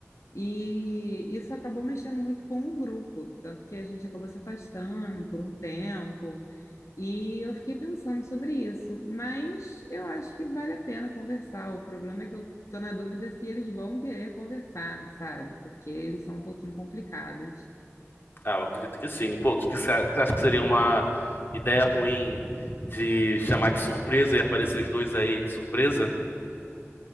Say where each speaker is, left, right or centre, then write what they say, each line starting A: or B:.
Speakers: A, on the left; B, on the left.
A: E isso acabou mexendo muito com o grupo, tanto que a gente acabou se afastando por um tempo. E eu fiquei pensando sobre isso, mas eu acho que vale a pena conversar. O problema é que eu tô na dúvida se eles vão querer conversar, sabe? Porque eles são um pouquinho complicados.
B: Ah, eu acredito que sim. Pô, o que que você a- você acha que seria uma ideia ruim de chamar de surpresa e aparecer os dois aí de surpresa?